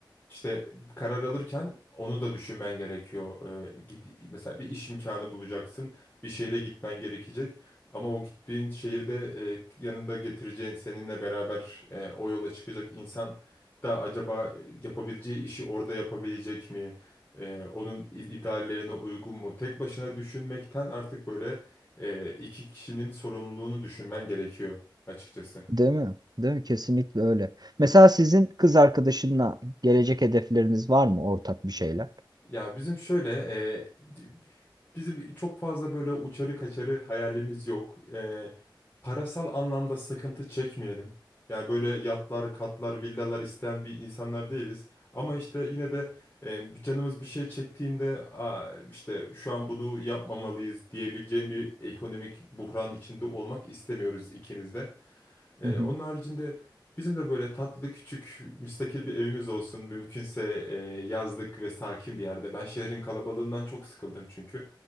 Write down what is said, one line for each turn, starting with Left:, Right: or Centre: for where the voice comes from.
Left: işte karar alırken onu da düşünmen gerekiyor. E, gid- mesela bir iş imkanı bulacaksın, bir şehre gitmen gerekecek. Ama o gittiğin şehirde e, yanında getireceğin seninle beraber e, o yola çıkacak insan da acaba e, yapabileceği işi orada yapabilecek mi? e, onun i- ideallerine uygun mu? Tek başına düşünmekten artık böyle e, iki kişinin sorumluluğunu düşünmen gerekiyor açıkçası.
Right: Değil mi? Değil mi? Kesinlikle öyle. Mesela sizin kız arkadaşınla gelecek hedefleriniz var mı ortak bir şeyler?
Left: Ya bizim şöyle, e, di- bizim çok fazla böyle uçarı kaçarı hayalimiz yok. E, parasal anlamda sıkıntı çekmeyelim. Yani böyle yatlar, katlar, villalar isteyen bir insanlar değiliz. Ama işte yine de e, bir canımız bir şey çektiğinde "Aa, işte şu an bunu yapmamalıyız diyebileceğim bir ekonomik buhranın içinde olmak istemiyoruz ikimiz de. Ee,
Right: Hı hı.
Left: onun haricinde bizim de böyle tatlı küçük müstakil bir evimiz olsun. Mümkünse e, yazlık ve sakin bir yerde. Ben şehrin kalabalığından çok sıkıldım çünkü.